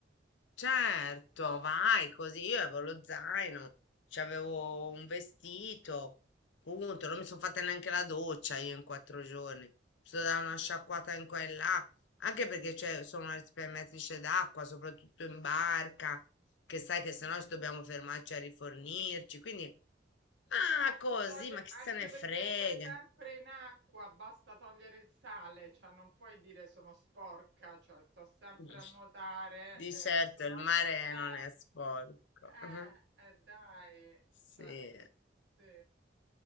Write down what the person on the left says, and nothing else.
certo, vai così. Io avevo lo zaino, c'avevo un vestito, punto. Non mi sono fatta neanche la doccia io in quattro giorni. Mi sono data una sciacquata in qua e là, anche perché cioè, sono una risparmiatrice d'acqua, soprattutto in barca, che sai che se no ci dobbiamo fermarci a rifornirci. Quindi, ah,
così,
ma chi
se ne
frega?
<laughs>
Di
certo,
il mare
non è sporco.
<laughs>
Sì.